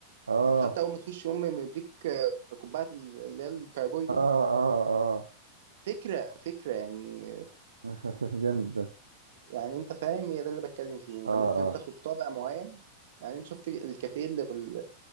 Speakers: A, on the right (about 75°); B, on the right (about 55°).
A: اه
B: كان حتى اول ما تخش امي مديك آه، كوبايه ال- اللي هي الكايبوي دي
A: اه اه اه
B: فكرة فكرة يعني
A: <laughs> جامد ده
B: يعني انت فاهم هي ده اللي بتكلم فيه انت
A: اه
B: ممكن
A: اه
B: تاخد طابع معين يعني انت شفت الكافيه اللي في ال-